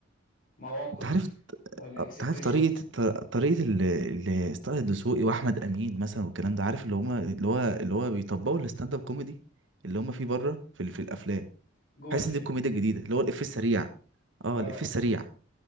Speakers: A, on the left (about 45°); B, on the right (about 65°).
A: مواقف
B: انت عارف
A: ولا
B: آه،
A: اكسبريشن
B: انت عارف طريقة الط- طريقة ال- ال- طه الدسوقي واحمد امين مثلا والكلام ده عارف اللي هما اللي هو اللي هو بيطبقوا الستاند اب كوميدي اللي هما فيه بره في ال- في الافلام
A: جوه
B: حاسس
A: الفيلم
B: ان دي الكوميديا الجديدة اللي هو الافيه السريع اه
A: اه
B: الافيه السريع